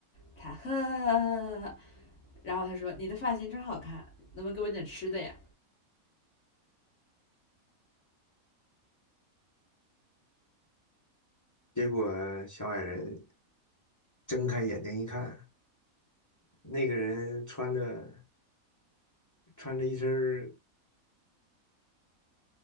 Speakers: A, on the left; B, on the left.
A: 他呵呵呵呵呵，然后他说你的发型真好看，能不能给我点吃的呀？
B: 结果小矮人睁开眼睛一看，那个人穿着穿着一身儿